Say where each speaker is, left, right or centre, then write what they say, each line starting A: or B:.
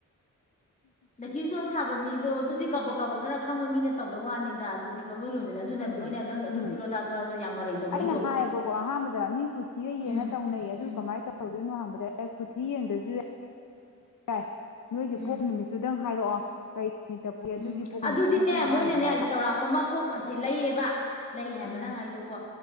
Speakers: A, on the left; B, on the left.
A: ꯂꯗꯒꯤ ꯁꯣꯁꯕ ꯃꯤꯗꯣ ꯀꯕ ꯀꯕ ꯈꯔ ꯈꯪꯕ ꯃꯤꯅ ꯇꯧꯕꯩ ꯋꯥꯅꯤꯗ ꯑꯗꯨꯗꯤ ꯄꯪꯌꯣꯟ ꯌꯣꯟꯁꯤꯜꯂꯦ ꯑꯗꯨꯅꯅꯦ
B: ꯗꯦ
A: ꯃꯣꯏꯅ ꯅꯪ ꯑꯗꯨ
B: ꯎꯝ
A: ꯄꯤꯔꯣ ꯑꯗꯥ ꯄꯤꯔꯣ ꯍꯥꯏꯕꯗꯣ ꯌꯥꯝ ꯃꯔꯩ ꯇꯧꯅꯩꯗꯣ
B: ꯑꯩꯅ ꯍꯥꯏꯌꯦꯕꯀꯣ ꯑꯍꯥꯟꯕꯗ ꯃꯤ ꯀꯨꯊꯤꯒ ꯌꯦꯡꯉ
A: ꯎꯝ
B: ꯇꯧꯅꯩ ꯑꯗꯨ
A: ꯎꯝ
B: ꯀꯃꯥꯏꯅ ꯇꯧꯍꯧꯗꯣꯏꯅꯣ ꯍꯪꯕꯗ ꯀꯊꯤ ꯌꯦꯡꯗ꯭ꯔꯁꯨ ꯌꯥꯏ ꯍ ꯅꯣꯏꯒꯤ
A: ꯎꯝ
B: ꯄꯣꯛ ꯅꯨꯃꯤꯠꯇꯨꯗꯪ ꯍꯥꯏꯔꯛꯑꯣ ꯀꯩ ꯅꯨꯃꯤꯠꯇ ꯄꯣꯛꯏ
A: ꯎꯝ
B: ꯑꯗꯨꯒꯤ ꯄꯣꯛ ꯅꯨꯃꯤꯠꯇꯨꯒꯤ
A: ꯑꯗꯨꯗꯤꯅꯦ
B: ꯃꯇꯨꯡ ꯏꯟꯅ
A: ꯃꯣꯏꯅꯅꯦ
B: ꯃꯥꯒꯤ ꯆꯥꯟꯅꯕ
A: ꯆꯥꯎꯧꯔꯥꯛꯄ ꯑꯃ ꯄꯣꯛ ꯑꯁꯦ ꯂꯩꯌꯦꯕ ꯂꯩ ꯍꯥꯏꯕ
B: ꯎꯝ
A: ꯅꯪ ꯍꯥꯏꯗꯀꯣ